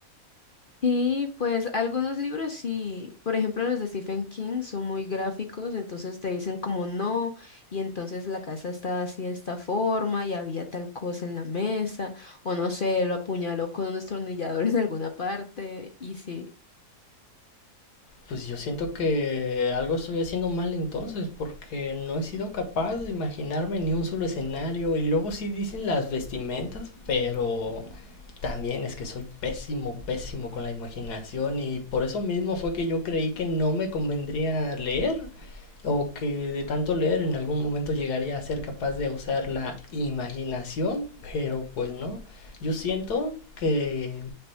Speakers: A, on the left; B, on the left.
A: Sí, pues algunos libros sí, por ejemplo los de Stephen King son muy gráficos, entonces te dicen como no, y entonces la casa estaba así de esta forma y había tal cosa en la mesa, o no sé, lo apuñaló con un destornillador <laughs> en alguna parte, y sí.
B: Pues yo siento que algo estoy haciendo mal entonces, porque no he sido capaz de imaginarme ni un solo escenario. Y luego sí dicen las vestimentas, pero también es que soy pésimo, pésimo con la imaginación. Y por eso mismo fue que yo creí que no me convendría leer, o que de tanto leer en algún momento llegaría a ser capaz de usar la imaginación, pero pues no. Yo siento que